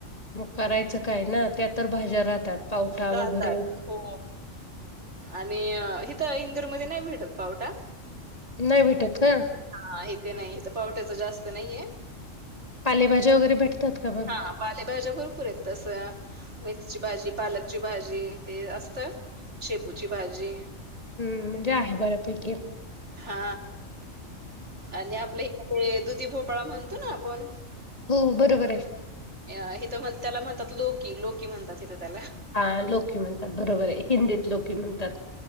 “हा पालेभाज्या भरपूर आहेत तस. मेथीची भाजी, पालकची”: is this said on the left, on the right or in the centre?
Right